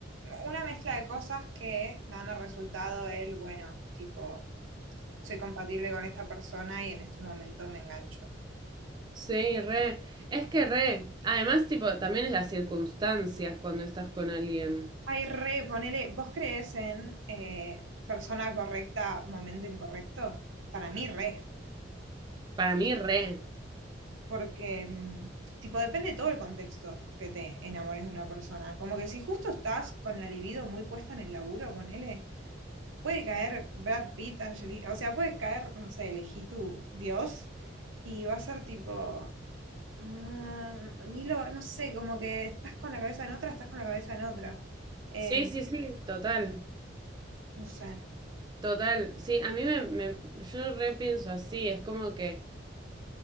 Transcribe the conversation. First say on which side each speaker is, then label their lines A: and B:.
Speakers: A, on the right; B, on the right.
A: una mezcla de cosas que dan al resultado el, bueno, tipo, soy compatible con esta persona y en este momento me engancho.
B: Sí, re. Es que re. Además, tipo, también es las circunstancias cuando estás con alguien.
A: Ay, re, ponele, ¿vos crees en eh, persona correcta, momento incorrecto? Para mí, re,
B: Para mí, re.
A: porque, mm, tipo, depende todo el contexto que te enamores de una persona. Como que si justo estás con la libido muy puesta en el laburo, ponele Puede caer Brad Pitt, Angelina, o sea, puede caer, no sé, elegí tu Dios y va a ser tipo, mm, ni lo, no sé, como que estás con la cabeza en otra, estás con la cabeza en otra. Eh,
B: Sí, sí, sí, total,
A: no sé.
B: total. Sí, a mí me, me- yo repienso así, es como que,